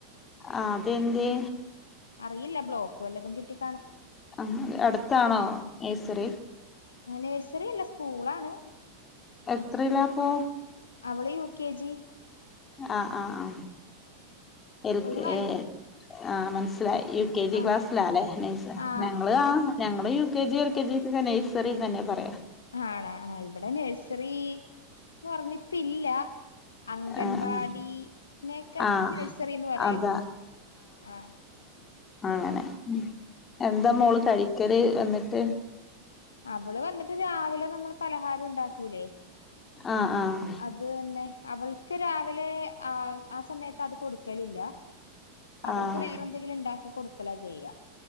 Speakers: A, on the left (about 20°); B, on the left (about 70°).
A: ആഹ് അതെന്തെ
B: അറിയില്ല ബ്ലോക്ക് വല്ലതും കിട്ടിക്കാണും
A: ആഹ് അതെ അടുത്താണോ നെഴ്സെറി
B: ആഹ് നെഴ്സെറി അല്ല സ്കൂളാണ്
A: എത്രിലാപ്പോ
B: അവള് യു കെ ജി
A: ആഹ് ആഹ് ആഹ് ആ എൽകെ
B: ഒരു അൻ
A: ആഹ് മനസിലായി കെ ജി
B: ആ
A: ക്ലാസ്സിലാലെ നെഴ്സ
B: ആ
A: ഞങ്ങള് ആഹ് ഞങ്ങള് U K G L K ജികൊക്കെ നെയ്സെറിന്നെന്നാ പറയാ
B: ആണോ ആഹ് ഇവിടെ നഴ്സറിന്ന് പർഞ്ഞ് ഇപ്പില്ല അംഗൻവാടിനെക്കെ
A: ആഹ് ആഹ്
B: നെഴ്സറിന്ന് പറയും
A: അതാ
B: ആഹ്
A: അങ്ങനെ എന്താ
B: ആ
A: മോള് കഴിക്കല് വന്ന്ട്ട്
B: അവള് വന്നിട്ട് രാവിലെ നമ്മള് പലഹാരം ഉണ്ടാക്കൂലേ
A: ആഹ് ആഹ്
B: അത് തന്നെ അവൾക്ക് രാവിലെ ആഹ് ആ സമയത്ത് അത് കൊട്ക്കലില്ല അവൾക്ക്
A: ആഹ്
B: വേറെ എന്തെങ്കിലും ഇണ്ടാക്കി കൊട്ക്കല ചെയ്യാ